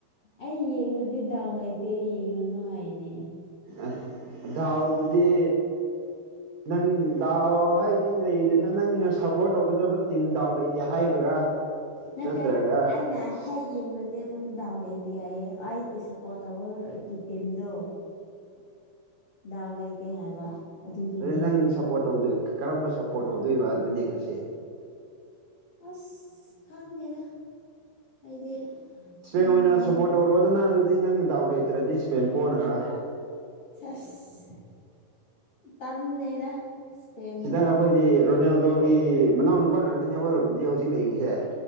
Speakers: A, on the left; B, on the right.
A: ꯑꯩ ꯌꯦꯡꯂꯗꯤ ꯗꯥꯎ ꯂꯩꯇꯦ ꯌꯦꯡꯂꯨꯅꯨ ꯍꯥꯏꯅꯦ
B: ꯑ ꯗꯥꯎꯕꯨꯗꯤ ꯅꯪ ꯗꯥꯎ ꯍꯥꯏꯗꯤ ꯂꯩꯗꯅ ꯅꯪꯅ ꯁꯞꯄꯣꯔꯠ ꯇꯧꯒꯗꯕ ꯇꯤꯝ ꯗꯥꯎ ꯂꯩꯇꯦ ꯍꯥꯏꯕ꯭ꯔꯥ
A: ꯅꯠꯇꯦ
B: ꯅꯠꯇ꯭ꯔꯒ
A: ꯑꯩꯅ ꯍꯦꯛ ꯌꯦꯡꯂꯗꯤ ꯑꯗꯨꯝ ꯗꯥꯎ ꯂꯩꯇꯦ ꯍꯥꯏꯍꯦ ꯑꯩꯒꯤ ꯁꯞꯄꯣꯔꯠ ꯇꯧꯕꯒ ꯒꯤ ꯇꯤꯝꯗꯣ ꯗꯥꯎ ꯂꯩꯇꯦ ꯍꯥꯏꯕ ꯑꯗꯨꯒꯤꯅꯦ
B: ꯑꯗꯨꯗꯤ ꯅꯪ ꯁꯞꯄꯣꯔꯠ ꯇꯧꯗꯣꯏ ꯀꯔꯝꯕ ꯁꯞꯄꯣꯔꯠ ꯇꯧꯗꯣꯏꯕ ꯑꯗꯨꯗꯤ ꯉꯁꯤ
A: ꯑꯁ ꯈꯪꯗꯦꯗ ꯑꯩꯗꯤ
B: ꯁ꯭ꯄꯦꯟ
A: ꯑꯉꯝ
B: ꯑꯣꯏꯅ
A: ꯑꯃ
B: ꯁꯞꯄꯣꯔꯠ ꯇꯧꯔꯣꯗꯅ ꯑꯗꯨꯗꯤ ꯅꯪꯅ ꯗꯥꯎ ꯂꯩꯇ꯭ꯔꯗꯤ ꯁ꯭ꯄꯦꯟ ꯄꯣꯅꯕ
A: ꯁꯦꯁ ꯇꯜꯂꯦꯗ ꯏꯁꯄꯦꯟꯕꯨ
B: ꯁꯤꯗ ꯑꯈꯣꯏꯗꯤ ꯔꯣꯅꯦꯜꯗꯣꯒꯤ ꯃꯅꯥꯎ ꯅꯨꯄꯥ ꯉꯥꯛꯇꯅꯤ ꯑꯩꯈꯣꯏꯔꯣꯝꯗꯗꯤ ꯍꯧꯖꯤꯛ ꯂꯩꯔꯤꯁꯦ